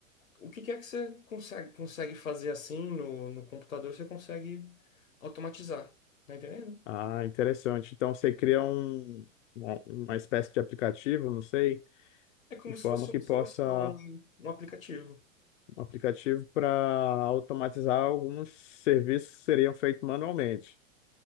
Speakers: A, on the left; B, on the left.
A: O que que é que você consegue, consegue fazer assim no, no computador, você consegue automatizar, tá entendendo?
B: Ah, interessante. Então você cria um, uma uma espécie de aplicativo, não sei
A: É como
B: de forma
A: se fosse
B: que
A: uma
B: possa
A: solução, um aplicativo.
B: um aplicativo para automatizar alguns serviços que seriam feitos manualmente,